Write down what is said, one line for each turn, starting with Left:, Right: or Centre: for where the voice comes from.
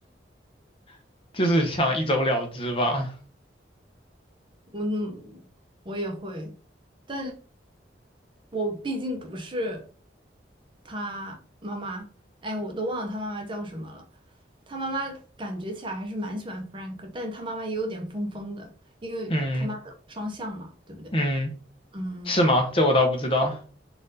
Left: <laughs> 就是想一走了之吧。
Right: 我我也会，但我毕竟不是他妈妈，哎，我都忘了他妈妈叫什么了，他妈妈感觉起来还是蛮喜欢 Frank，但他妈妈也有点疯疯的，因为他妈的双向嘛，
Left: 嗯
Right: 对不对？
Left: 嗯，
Right: 嗯，
Left: 是吗？这我倒不知道。